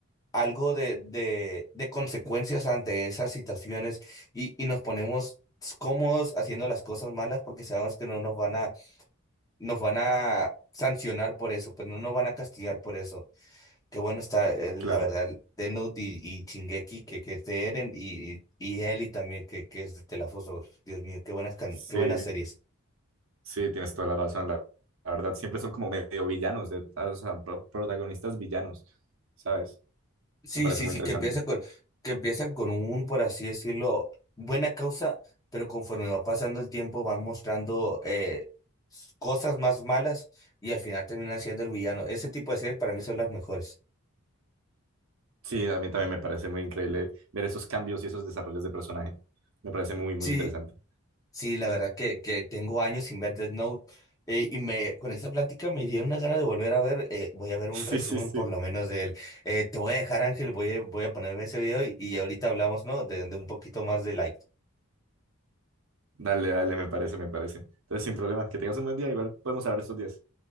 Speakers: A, on the left; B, on the right.
A: algo de, de, de consecuencias ante esas situaciones y, y nos ponemos cómodos haciendo las cosas malas porque sabemos que no nos van a, nos van a sancionar por eso, pero no nos van a castigar por eso. Qué bueno está, eh, la
B: claro.
A: verdad, Death Note y, y Shingeki, que, que es de Eren, y, y y Ellie también, que, que es de The Last of Us. Dios mío, qué buenas, can-
B: Sí,
A: qué buenas series.
B: Sí, tienes toda la razón. La, la verdad, siempre son como medio villanos, de, ah, o sea, pro- protagonistas villanos, ¿sabes?
A: Sí,
B: Me parece
A: sí,
B: muy
A: sí,
B: interesante.
A: que empiezan con, que empiezan con un, por así decirlo, buena causa, pero conforme va pasando el tiempo van mostrando eh, s- cosas más malas y al final terminan siendo el villano. Ese tipo de series para mí son las mejores.
B: Sí, a mí también me parece muy increíble ver esos cambios y esos desarrollos de personaje. Me parece muy, muy
A: Sí,
B: interesante. <laughs>
A: sí, la verdad que, que tengo años sin ver Death Note eh, y me, con esta plática me dieron una gana de volver a ver, eh, voy a ver un
B: Sí,
A: resumen
B: sí, sí.
A: por lo menos de él. Eh, te voy a dejar, Ángel, voy a, voy a ponerme ese video y, y ahorita hablamos, ¿no? De, de un poquito más de like.
B: Dale, dale, me parece, me parece. Entonces, sin problemas, que tengas un buen día, igual podemos hablar estos días.